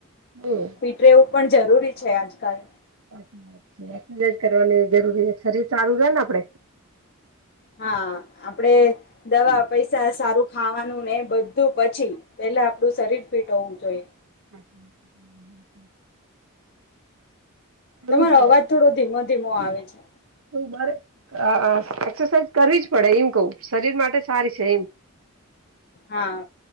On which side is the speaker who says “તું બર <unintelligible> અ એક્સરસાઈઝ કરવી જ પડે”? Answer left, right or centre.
Right